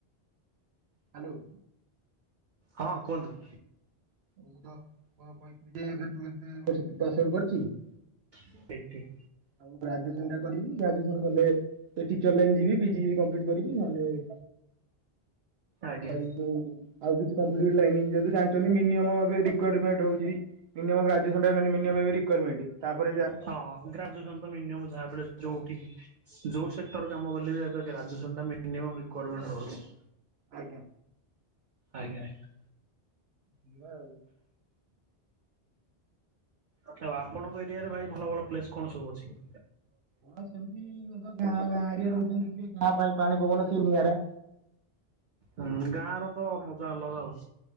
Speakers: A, on the right (about 75°); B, on the right (about 55°).
A: ହ୍ୟାଲୋ।
B: ହଁ କୁହନ୍ତୁ?
A: ମୁଁ ତ କ କହିଥିଲି ଯେ ଏବେ ଟୁଏଲଥେ ପାସ ଆଉଟୁ କରିଚି? <unintelligible>
B: ଠିକି ଠିକି।
A: ଆଉ ଗ୍ରାଜୁଏସନ ଟା କରିବି ଗ୍ରାଜୁଏସନ କଲେ ସେ ଟିଚର ଲାଇନ୍ ଯିବି ପିଜି କମ୍ପ୍ଲିଟ୍ କରିବି ନହେଲେ
B: ଆଜ୍ଞା।
A: ଏଇ ଯୋଉ ଆଉ କିଛି କମ୍ପୁଟର ଲାଇନି ଯେଦି ଜାଣିଚନ୍ତିି ମିନିୟମ ମୁଁ ଏବେ ରିୱରମେଣ୍ଟେ ଦଉଚି ମିନିୟମ ଗ୍ରାଜୁଏସନ ନା ମିନିୟମ ରିୱରମେଣ୍ଟେ ତା ପରେ <unintelligible>
B: ହଁ ଗ୍ରାଜୁଏସନ ତ ମିନିୟମ୍ ଯାହାଵି ହେଲେ ଯୋଉଠି ଯୋଉ ସେକ୍ଟର କାମ ବଲେବେ ଏବେ ଗ୍ରାଜୁଏସନଟା ମିନିୟମ ରିୱରମେଣ୍ଟେ ରହୁଚି।
A: ଆଜ୍ଞା।
B: ଆଜ୍ଞା ଆଜ୍ଞା।
A: ହେଲା ଆଉ।
B: ଆଛା ଆପଣଙ୍କ ଏରିଆରେ ଭାଇ ଭଲ ଭଲ ପ୍ଲେଶ୍ କଣ ସବୁ ଅଛି?
A: କଣ ସେମିତି ଗାଁ ଗାଁ ଏରିଆ ରହୁଚନ୍ତି ଦେଖିବେ ଗାଁ ପାଣି ପବନ ସେ ନିଆରା।
B: ହୁଁ ଗାଁ ର ତ ମଜା ଅଲଗା ଆଉ।